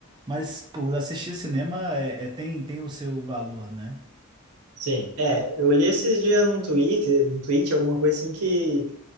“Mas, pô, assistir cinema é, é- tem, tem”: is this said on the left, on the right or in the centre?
Right